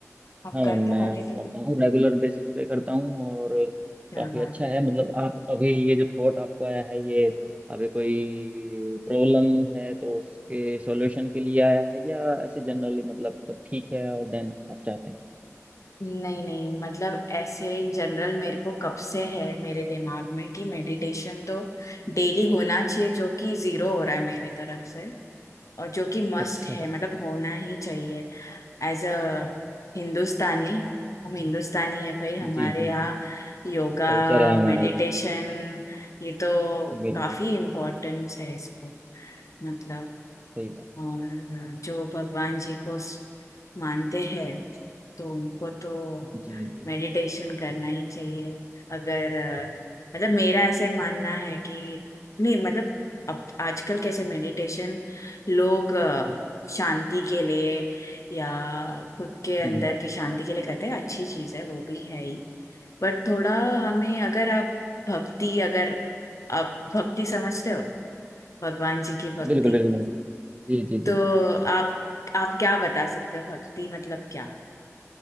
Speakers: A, on the left (about 75°); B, on the right (about 25°).
A: आप
B: हाँ
A: करते
B: मैम मैं
A: हो मेडिटेशन
B: करता हूँ रेगुलर बेसिस पे करता हूँ और
A: क्या
B: काफ़ी
A: बात
B: अच्छा
A: है
B: है मतलब आप अभी ये जो थॉट आपको आया है ये अभी कोई प्रॉब्लम है तो उसके सॉल्यूशन के लिए आया है या ऐसे जनरली मतलब सब ठीक है और देन आप चाहते हैं
A: नहीं नहीं मतलब ऐसे इन जनरल मेरे को कब से है मेरे दिमाग में कि मेडिटेशन तो डेली होना चाहिए जो कि जीरो हो रहा है मेरे तरफ से और जो कि मस्ट
B: अच्छा
A: है
B: <laughs>
A: मतलब होना ही चाहिए एज अ हिंदुस्तानी हम हिंदुस्तानी है भाई हमारे
B: जी जी
A: यहाँ
B: जी
A: योगा
B: कल्चर है हमारा
A: मेडिटेशन
B: ये
A: ये तो
B: बिल्कुल
A: काफी
B: बिल्कुल
A: इम्पोर्टेंस है इसको मतलब
B: सही बात
A: और
B: है
A: जो भगवान जी को स- मानते हैं तो उनको तो
B: जी जी
A: मेडिटेशन करना ही चाहिए अगर अ, मतलब मेरा ऐसे मानना है कि नहीं मतलब अब आजकल कैसे मेडिटेशन लोग अ, शांति के लिए या खुद के अंदर
B: हम्म,
A: की शांति के लिए करते हैं अच्छी चीज है वो भी है ही बट थोड़ा हमें अगर आप भक्ति अगर आप भक्ति समझते हो भगवान जी की भक्ति
B: बिल्कुल बिल्कुल जी जी जी
A: तो
B: जी
A: आप आप क्या बता सकते हो भक्ति मतलब क्या